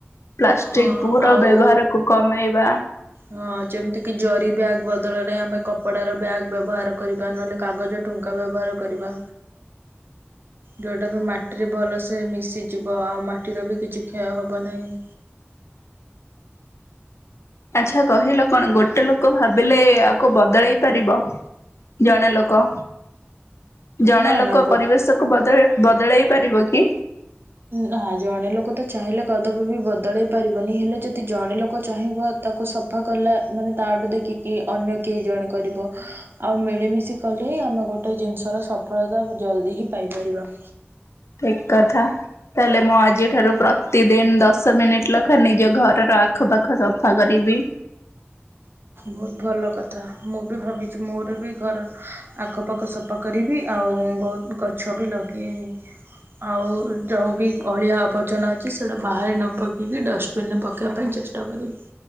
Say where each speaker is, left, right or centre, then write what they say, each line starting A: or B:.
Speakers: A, on the left; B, on the right.
A: ପ୍ଲାଷ୍ଟିକ
B: ହଁ
A: <unintelligible>
B: ଆଉ
A: ବ୍ୟବହାରକୁୁ କମେଇବା।
B: ହଁ ଯେମିତି କିି ଜରି ବ୍ୟାଗ ବଦଳରେ ଆମେ କପଡ ର ବ୍ୟାଗ୍ ବ୍ୟବହାର କରିବା ନହେଲେ କାଗଜ <unintelligible> ବ୍ୟବହାର କରିବା।
A: <inaudible>
B: ଯେଉଁଟା ବି ମାଟିରେ ଭଲସେ ମିଶିଯିବ ଆଉ ମାଟିର ବି କିଛି କ୍ଷୟ ହବ ନାଇଁ।
A: ଆଚ୍ଛା କହିଲ କଣ ଗୋଟେ ଲୋକୋ ଭାବିଲେ ଆକୁ ବଦଳେଇ ପାରିବ ଜଣେ ଲୋ କ ଜଣେ
B: ନା
A: ଲୋକୋ
B: ନା ଗୋ
A: ପରିବେଶକୁୁ ବଦଳେ ବଦଳେଇ ପାରିବ କି?
B: ନାଃ ଜଣେ ଲୋକୋ ତ ଚାହିଁଲେ କଦାପୀ ବି ବଦଳେଇ ପାରିବନି ହେଲେ ଯଦି ଜଣେ ଲୋକୋ ଚାହିଁବ ତାକୁ ସଫା କଲା ମାନେ ତା <unintelligible> ଦେଖିକି ଅନ୍ୟ କେହି ଜଣେ କରିବ। ଆଉ ମିଳିମିଶି କଲେ ହିଁ ଆମେ ଗୋଟେ ଜିନିଷର ସଫଳତା ଜଲ୍ଦି ହିଁ ପାଇପାରିବା।
A: ଠିକ କଥା ତାହେଲେ ମୁଁ ଆଜିଠାରୁ ପ୍ରତିଦିନ ଦଶ ଶ ମିନିଟ୍ <unintelligible> ନିଜ ଘରର ଆଖପାଖ ସଫା କରିବି।
B: ବୋହୁତ ଭଲ କଥା ମୁଁ ବି ଭାବିଛି ମୋରୋ ବି ଘର ଆଖପାଖ ସପା କରିବି ଆଉ ବୋହୁତ ଗଛ ବି ଲଗେଇବି। ଆଉ ଯଉ ବି ଅଳିଆ ଆବର୍ଜନା ଅଛି ସେଟା ବାହାରେ ନ ପକେଇକି ଡଷ୍ଟବିନ ରେ ପକେଇବା ପାଇଁ ଚେଷ୍ <unintelligible>